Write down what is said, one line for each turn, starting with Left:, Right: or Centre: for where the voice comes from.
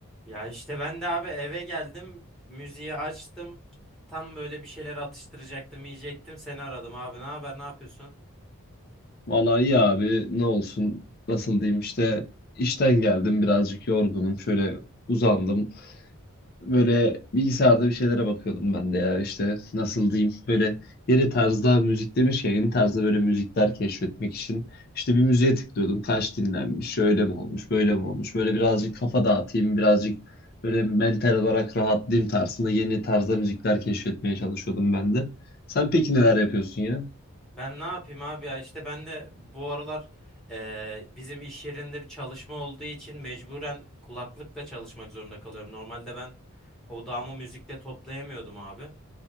Centre: Ya işte ben de abi eve geldim, müziği açtım. Tam böyle bir şeyler atıştıracaktım, yiyecektim. Seni aradım abi. Ne haber, ne yapıyorsun?
Left: Valla iyi abi ne olsun nasıl diyeyim işte işten geldim birazcık yorgunum şöyle uzandım böyle bilgisayarda bir şeylere bakıyordum ben de ya işte nasıl diyeyim böyle yeni tarzda müzik demiş ya yeni tarzda böyle müzikler keşfetmek için işte bir müziğe tıklıyordum kaç dinlenmiş şöyle mi olmuş böyle mi olmuş böyle birazcık kafa dağıtayım birazcık böyle mental olarak rahatlayayım tarzında yeni tarzda müzikler keşfetmeye çalışıyordum ben de. Sen peki neler yapıyorsun ya?
Centre: Ben ne yapayım abi ya? işte ben de bu aralar eee, bizim iş yerinde bir çalışma olduğu için mecburen kulaklıkla çalışmak zorunda kalıyorum. Normalde ben odağımı müzikle toplayamıyordum abi.